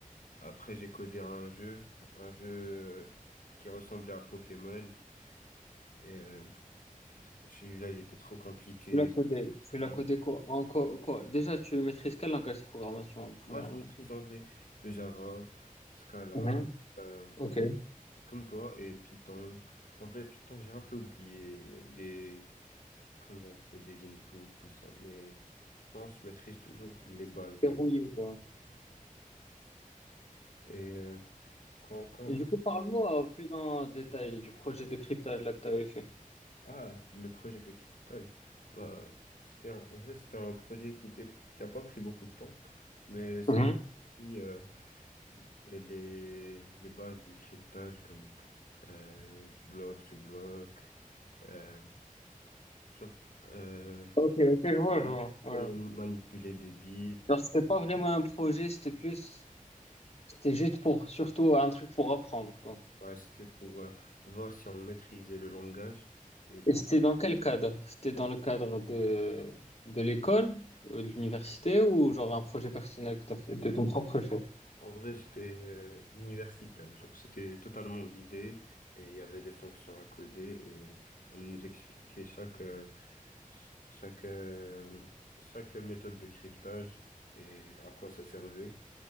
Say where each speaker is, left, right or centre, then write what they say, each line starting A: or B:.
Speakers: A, on the left; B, on the left.
A: Après, j'ai codé un jeu, un jeu qui ressemblait à Pokémon. Et euh, celui-là, il était trop compliqué.
B: l'as codé.
A: Ça
B: Tu l'as
A: demande-
B: codé quoi? En quoi, quoi? Déjà, tu maîtrises quel langage de programmation, premièrement?
A: Moi, je maîtrise en vrai le Java, Scala,
B: Mhm.
A: euh,
B: Ok.
A: comme toi, et Python. En vrai, Python, j'ai un peu oublié les comment on fait des inputs, tout ça. Mais je pense que je maîtrise toujours les bases.
B: Verrouillé,
A: Les...
B: quoi.
A: Et euh, quoi encore?
B: Et du coup, parle-moi euh, plus en détail du projet de cryptage là que tu avais fait.
A: Ah, le projet de cryptage. Bah, c'était un- en vrai, c'était un projet qui était qui a pas pris beaucoup de temps, mais ça
B: Mhm.
A: nous a appris euh, les, les bases du cryptage comme euh, bloc to bloc, euh, sur- euh,
B: Ok, ok, je vois,
A: comment,
B: je
A: comment
B: vois.
A: manipuler des bits.
B: Alors, c'était pas vraiment un projet, c'était plus, c'était juste pour, surtout un truc pour apprendre, quoi.
A: Ouais, c'était pour euh, voir si on maîtrisait le langage et pour
B: Et c'était dans quel cadre? C'était dans le cadre de, de l'école, euh, de l'université ou genre un projet personnel que t'as fait de ton propre chef?
A: En vrai, c'était euh, universitaire. Genre, c'était totalement guidé et il y avait des fonctions à coder et on nous expliquait chaque, euh, ch- chaque, euh, chaque méthode de cryptage et à quoi ça servait.